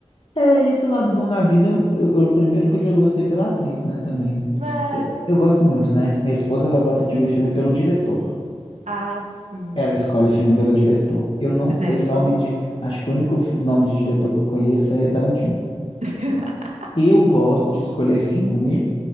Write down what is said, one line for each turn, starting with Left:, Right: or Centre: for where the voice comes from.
Left: É, esse lado bom da vida, eu, eu, eu- primeiro que eu já gostei pela atriz, né, também.
Right: É.
Left: Eu, eu gosto muito, né? Minha esposa, ela gosta
Right: <laughs>
Left: de ver filme pelo diretor.
Right: Ah, sim.
Left: Ela escolhe filme pelo diretor. Eu não
Right: Cinéfala.
Left: sei nome de... Acho que o único fi- nome de diretor que eu conheço é Tarantino.
Right: <laughs>
Left: Eu gosto de escolher filme